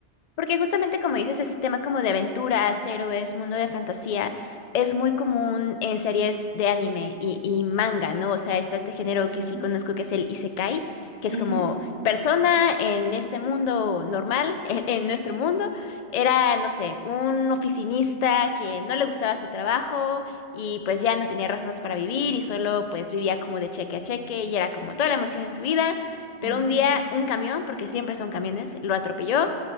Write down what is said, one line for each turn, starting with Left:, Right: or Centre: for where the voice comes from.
Left: Porque justamente como dices, este tema como de aventuras, héroes, mundo de fantasía, es muy común en series de anime y, y manga, ¿no? O sea, está este género
Right: Ujú,
Left: que sí conozco que es el isekai, que es
Right: ujú,
Left: como persona en este mundo normal, <laughs> en, en nuestro mundo, era, no sé, un oficinista que no le gustaba su trabajo y pues ya no tenía razones para vivir y solo pues vivía como de cheque a cheque y era como toda la emoción en su vida. Pero
Right: ujú.
Left: un día un camión, porque siempre son camiones, lo atropelló